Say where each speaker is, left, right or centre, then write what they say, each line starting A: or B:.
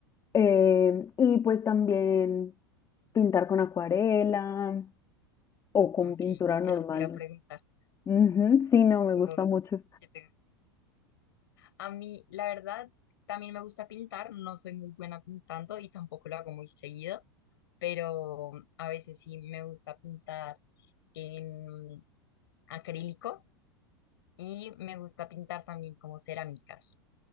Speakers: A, on the left (about 25°); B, on the left (about 70°).
A: Em, y pues también pintar con acuarela o con
B: Ok,
A: pintura normal.
B: eso te iba a preguntar.
A: Ujú, Sí, no, me
B: Como
A: gusta mucho.
B: que te- A mí, la verdad, también me gusta pintar, no soy muy buena pintando y tampoco lo hago muy seguido, pero a veces sí me gusta pintar en acrílico y me gusta pintar también como cerámicas.